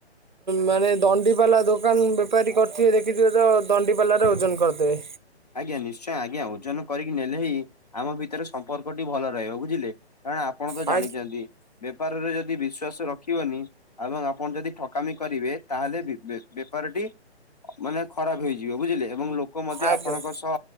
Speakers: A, on the right; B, on the left.
A: ମାନେ ଦଣ୍ଡି ପାଲା ଦୋକାନ ବେପାରୀ କରିଥିବେ ଦେଖିଥିବେ ତ ଦଣ୍ଡି ପାଲାରେ ଓଜନ କରଦେବେ।
B: ଆଜ୍ଞା ନିଶ୍ଚୟ ଆଜ୍ଞା ଓଜନ କରିକି ନେଲେ ହିଁ ଆମ ଭିତରେ ସମ୍ପର୍କଟି ଭଲ ରହିବ ବୁଝିଲେ। କାରଣ ଆପଣ ତ
A: ଆ
B: ଜାଣିଚନ୍ତି ବେପାରରେ ଯଦି ବିଶ୍ଵାସ ରଖିବନି ଏବଂ ଆପଣ ଯଦି ଠକାମି କରିବେ ତାହେଲେ ବେ-ବେ ବେପାରିଟି ମାନେ ଖରାପ ହେଇଯିବ ବୁଝିଲେ ଏବଂ ଲୋକ ମଧ୍ୟ
A: ଆଜ୍ଞା
B: ଆପଣଙ୍କ ସହ